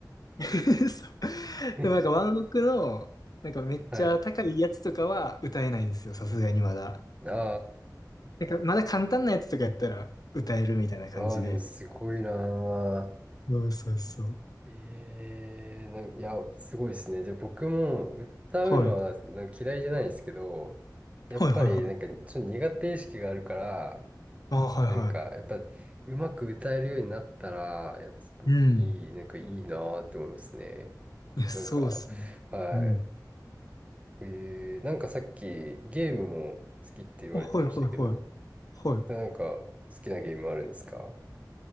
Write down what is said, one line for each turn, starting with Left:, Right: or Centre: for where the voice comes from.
Left: <laughs> そ
Right: <laughs>
Left: うでもなんかワンオクの、なんかめっちゃ高いやつとかは歌えないんですよ、
Right: はい。
Left: さすがにまだ。
Right: あ
Left: なんかまだ簡単なやつとかやったら歌えるみたいな感じで。
Right: あ、ああ、でもすごいな
Left: そうそうそう。
Right: ー。ええなんか、いや、すごいですね。じゃあ僕も歌うのはなんか嫌いじゃないんですけど、
Left: はい。
Right: やっぱりなんかちょっと苦手意識があるから、
Left: はいはいはい。あ、はいは
Right: なんかやっぱうまく歌えるようになったら、やっぱいい、
Left: い。うん。
Right: なんかいいなーって思いますね。
Left: いや、そうっすね。
Right: なんか、はい。
Left: うん。
Right: えー、なんかさっきゲームも好きって言われてましたけど、
Left: あ、はいはいはい。はい。
Right: なんか好きなゲームあるんですか